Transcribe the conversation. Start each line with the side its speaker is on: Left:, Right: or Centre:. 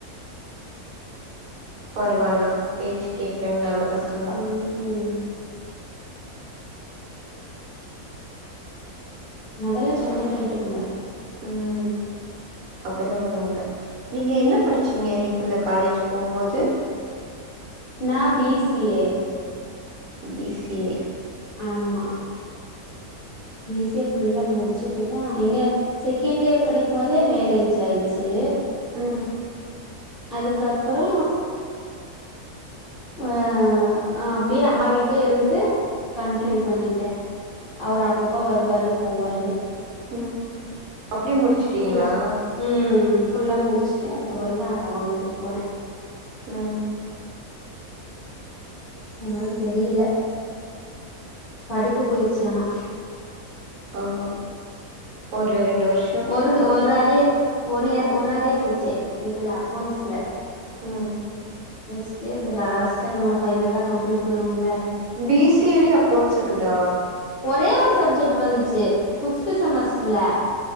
Right: பரவாயில்லாம் உ பேச்சு கேக்குறாங்க நல்ல பசங்களா
Left: ம் அதெல்லா சொன்ன கேட்டுக்குங்க
Right: ம் அப்டித்தா பரவால்ல நீங்க என்ன படிச்சீங்க இதுல காலேஜ் போம் போது
Left: நா B C A
Right: B C A
Left: ஆமா பீ சி ஏ ஃபுல்லா முடிச்சிட்டு தா எங்க செகண்ட் இயர் படிக்கு போதே மேரேஜ் ஆயிட்ச்சு
Right: ம்
Left: அதுக்கப்பறோ ஆ அப்டியே அம்மா வீட்லயே இருந்து கண்டினியூ
Right: ம்.
Left: பண்ணிட்டே அவர் அப்பப்ப வருவரு போவாரு
Right: ம் அப்டி முடிச்சுட்டீங்களா
Left: ஃபுல் ம் ஃபுல்லா முடிச்சுட்டே அதுக்கப்பற தா அவங்க வீட்டுக்கு போனே
Right: ம்
Left: அதனால தெரியல படிப்பு போயிருச்சு ஆனா
Right: ஆமா ஒரு ரெண்டு வருஷ
Left: ஒரு ஒரு அரியர் ஒ ரியர் ஒரு அரியர் வச்சே இதுல அக்கௌண்ட்ஸ்ல
Right: ம்
Left: நெக்ஸ்டு இது லாஸ்ட்டா நம்ம பைஃனலா கம்ப்ளீட் பண்ணுவோம்ல
Right: பி சி லி அக்கௌண்ட்ஸ் இருக்குதா
Left: ஒரே ஒரு சப்ஜெக்ட் வந்துச்சு ஃபிப்து செமஸ்டர்ல